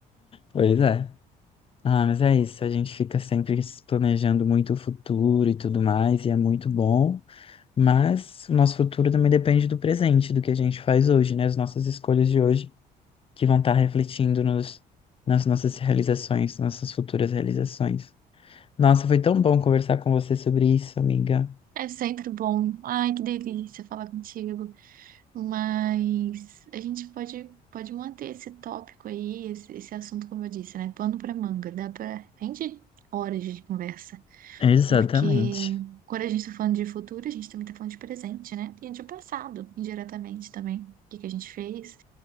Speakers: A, on the left; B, on the right.
A: pois é. Ah, mas é isso, a gente fica sempre se planejando muito o futuro e tudo mais, e é muito bom, mas o nosso futuro também depende do presente, do que a gente faz hoje, né? As nossas escolhas de hoje, que vão estar refletindo nos, nas nossas realizações, nossas futuras realizações. Nossa, foi tão bom conversar com você sobre isso, amiga.
B: É sempre bom. Ai, que delícia falar contigo. Mas a gente pode, pode manter esse tópico aí, esse, esse assunto, como eu disse, né? Pano pra manga, dá pra rende horas de conversa.
A: Exatamente.
B: Porque quando a gente tá falando de futuro, a gente também tá falando de presente, né? E de passado, indiretamente também. O que que a gente fez